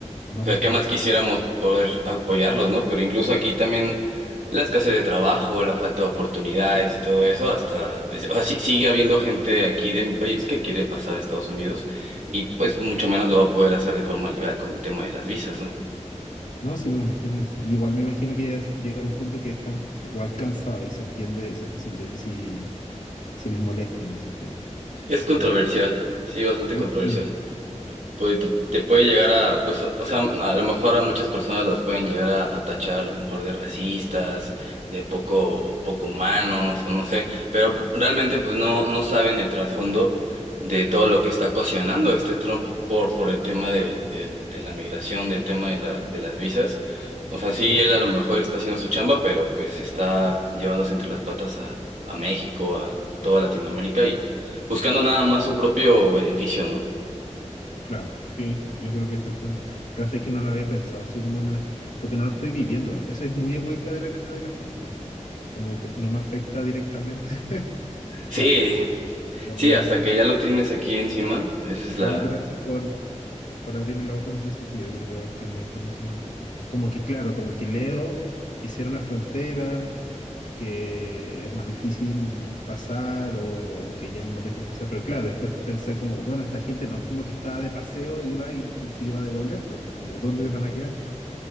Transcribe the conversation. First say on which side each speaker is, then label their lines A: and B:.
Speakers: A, on the left; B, on the right.
A: No,
B: O sea,
A: pues sí
B: ¿qué
A: me
B: más
A: imagino.
B: quisiéramos poder apoyarlos, ¿no? Pero incluso aquí también la escasez de trabajo, la falta de oportunidades y todo eso, hasta, o sea, sí- sigue habiendo gente aquí de mi país que quiere pasar a Estados Unidos y pues mucho menos lo va a poder hacer de forma legal con el tema de las visas, ¿no?
A: No, sí me imagino eso. Igual me imagino que es llegar a un punto que están igual cansados y se entiende, se, se entiende si, si les molesta en ese sentido.
B: Es controversial,
A: Como,
B: sí, bastante
A: sí,
B: controversial pues te, te puede llegar a, pues, o sea, a lo mejor a muchas personas las pueden llegar a, a tachar a lo mejor de racistas, de poco, poco humanos, o no sé, pero realmente pues no, no saben el trasfondo de todo lo que está ocasionando este Trump por, por el tema de, del- de la migración, del tema de la, de las visas. O sea, sí,
A: no.
B: él a lo mejor está haciendo su chamba, pero pues está llevándose entre las patas a, a México, a toda Latinoamérica y buscando nada más su propio beneficio, ¿no?
A: Claro, sí, yo creo que eso fue. Claro, es que no lo había pensado así como me la est- Porque no lo estoy viviendo. Eso es muy egoísta de repente de la gente. Como yo- no me afecta directamente. <laughs>
B: Sí,
A: Claro, como formo.
B: Sí, hasta que ya lo tienes aquí encima, esa es
A: Igual
B: la...
A: gracias por para abrirme los ojos en ese sentido. Yo creo que voy a buscar más información al respecto. Como que, claro, como que leo que cierran las fronteras, que es más difícil pasar o que ya no los dejan pasar. Pero claro, después pensé como, bueno, esta gente no es como que estaba de paseo, iba y, y se iba a devolver, pues, como, ¿dónde van a quedar?